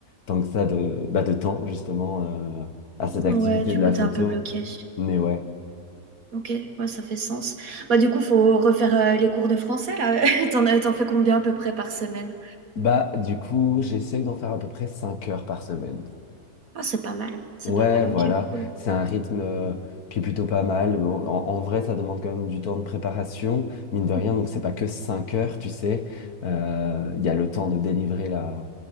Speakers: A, on the left; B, on the right.
A: tant que ça de, bah, de temps justement euh, à cette
B: Ouais,
A: activité
B: du
A: de
B: coup,
A: la
B: t'es
A: photo.
B: un peu bloqué.
A: Mais ouais.
B: Ok, ouais, ça fait sens. Bah, du coup, faut refaire euh, les cours de français, là. <laughs> T'en as- t'en fais combien à peu près par semaine?
A: Bah, du coup, j'essaye d'en faire à peu près 5 heures par semaine.
B: Ah, c'est pas mal. C'est
A: Ouais,
B: pas mal,
A: voilà,
B: ok, cool.
A: c'est un rythme euh, qui est plutôt pas mal. Bon, en, en vrai, ça demande quand même du temps de préparation, mine de rien,
B: Bien
A: donc
B: sûr.
A: c'est pas que 5 heures, tu sais. Euh, Il y a le temps de délivrer la,